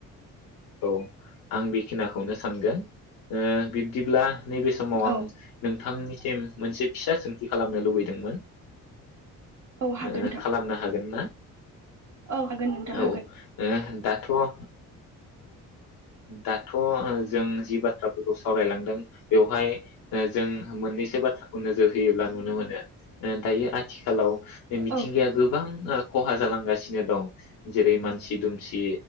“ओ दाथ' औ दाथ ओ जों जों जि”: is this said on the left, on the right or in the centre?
Left